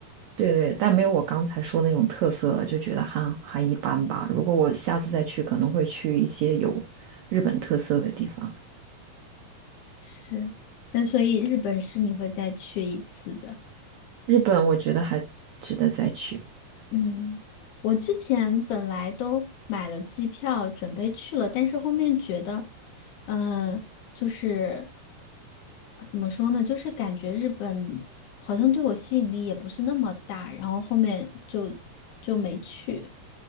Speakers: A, on the right; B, on the left.
A: 对对，但没有我刚才说那种特色了，就觉得哈还一般吧。如果我下次再去，可能会去一些有日本特色的地方。
B: 是，那所以日本是你会再去一次的。
A: 日本我觉得还值得再去。
B: 嗯，我之前本来都买了机票，准备去了，但是后面觉得，嗯，就是怎么说呢，就是感觉日本好像对我吸引力也不是那么大，然后后面就就没去。